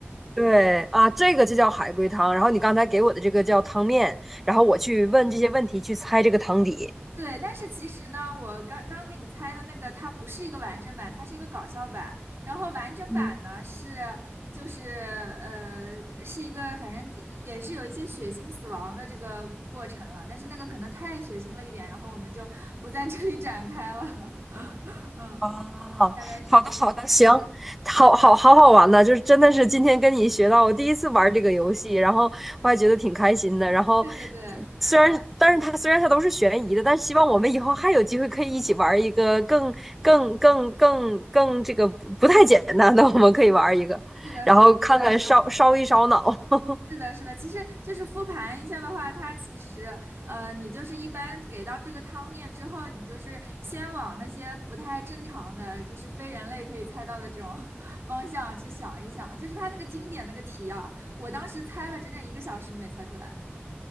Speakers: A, in the centre; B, on the right (about 65°).
A: 对啊，这个就叫海龟汤。然后你刚才给我的这个叫汤面，然后我去问这些问题去猜这个汤底。
B: 对，但是其实呢，我刚刚刚给你猜的那个，它不是一个完整版，它是一个搞笑版。然后完整版呢是就是呃是一个反正也是有一些血腥死亡的这个过程了，
A: 嗯。
B: 但是那个可能太血腥了一点，然后我们就不在这里展开了。<laughs> 嗯，
A: 哦，
B: 大概是这样。
A: 好的好的，行，好好好好玩呢，就是真的是今天跟你学到，我第一次玩这个游戏，然后我还觉得挺开心的。然后
B: 对对对，
A: 虽然，但是它虽然它都是悬疑的，但希望我们以后还有机会可以一起玩一个更更更更更这个不不太简单的，我们可以玩一个，
B: 是的，
A: 然后看看烧烧一烧脑。
B: 是的。
A: <laughs>
B: 是的，是的，其实就是复盘一下的话，它其实，呃，你就是一般给到这个汤面之后，你就是先往那些不太正常的，就是非人类可以猜到的这种 <laughs> 方向去想一想。就是它那个经典那个题啊，我当时猜了整整一个小时没猜出来，